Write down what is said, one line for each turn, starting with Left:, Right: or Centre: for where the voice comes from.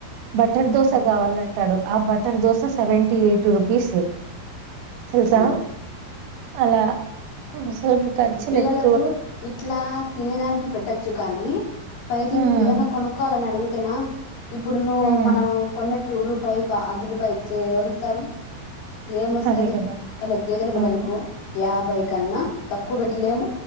Right: బట్టర్
Left: ఉమ్,
Right: దోస కావాలండి అంటాడు ఆ butter dosa seventy eight rupees తెల్సా
Left: ఉమ్.
Right: అలా మనం ఖర్చులు
Left: పిల్లలకు
Right: ఎక్
Left: ఇట్లా తినేదానికి పెట్టొచ్చు కాని పై తికి
Right: హ్మ్
Left: ఏదన్నా కొనుక్కోవాలని అడుగు అంతేనా ఇప్పుడు నువ్వు
Right: హ్మ్
Left: మనం కొన్ని రూపాయి అర్ధరూపాయి ఇచ్చే ఎవరు ఇచ్చారు ఏమొస్తది
Right: అదే కదా
Left: వాళ్ళకి చేతుల బెడలకు
Right: అవును
Left: యా బైకన్నా ఎక్కువ పెట్టలేము